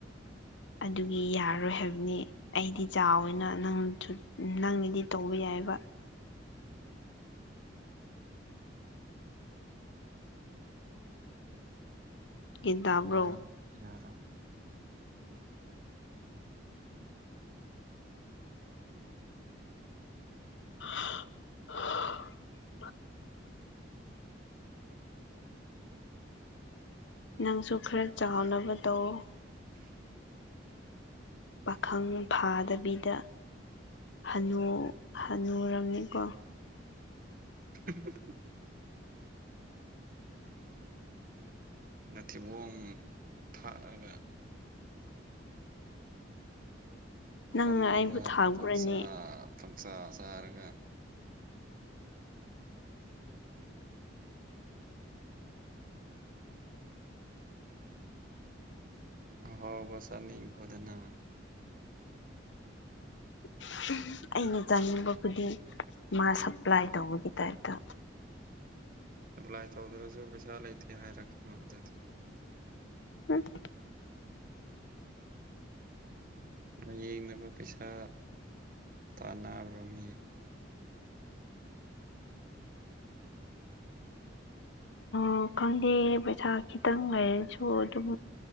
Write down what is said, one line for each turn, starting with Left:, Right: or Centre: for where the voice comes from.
Left: ꯑꯗꯨꯒꯤ ꯌꯥꯔꯔꯣꯏ ꯍꯥꯏꯕꯅꯦ ꯑꯩꯗꯤ ꯆꯥꯎꯋꯦꯅ ꯅꯪꯁꯨ ꯅꯪꯅꯗꯤ ꯇꯧꯕ ꯌꯥꯏ ꯍꯥꯏꯕ ꯒ꯭ꯌꯥꯟ ꯇꯥꯕ꯭ꯔꯣ
Right: ꯌꯥꯔꯣ ꯌꯥꯔꯣ
Left: <unintelligible> ꯅꯪꯁꯨ ꯈꯔ ꯆꯥꯎꯅꯕ ꯇꯧꯋꫭ
Right: <inaudible>
Left: ꯄꯥꯈꯪ ꯐꯥꯗꯕꯤꯗ ꯍꯅꯨ ꯍꯅꯨꯔꯝꯅꯤꯀꯣ
Right: <unintelligible> ꯅꯊꯤꯕꯣꯡ ꯊꯥꯛꯑꯒ
Left: ꯅꯪꯅ
Right: ꯐꯝꯃꯒ
Left: ꯑꯩꯕꯨ ꯊꯥꯛꯕ꯭ꯔꯅꯦ
Right: ꯄꯪꯆꯥ ꯄꯪꯆꯥ ꯆꯥꯔꯒ ꯑꯍꯥꯎꯕ ꯆꯥꯅꯤꯡꯈꯣꯗꯅ
Left: <unintelligible> ꯑꯩꯅ ꯆꯥꯅꯤꯡꯕ ꯈꯨꯗꯤꯡ ꯃꯥ ꯁꯄ꯭ꯂꯥꯏ ꯇꯧꯕꯒꯤ ꯇꯥꯏꯞꯇ
Right: ꯁꯄ꯭ꯂꯥꯏ ꯇꯧꯗ꯭ꯔꯁꯨ ꯄꯩꯁꯥ ꯂꯩꯇꯦ ꯍꯥꯏꯔꯛꯀꯅꫭ ꯑꯗꯨꯗꯤ
Left: <unintelligible>
Right: ꯂꯥꯌꯦꯡꯅꯕ ꯄꯩꯁꯥ ꯇꯥꯟꯅꯕ꯭ꯔꯣ ꯃꯤ <inaudible>
Left: <unintelligible> ꯈꯪꯗꯦ ꯄꯩꯁꯥ ꯈꯤꯇꯪ ꯂꯩꯔꯁꯨ ꯑꯗꯨꯝ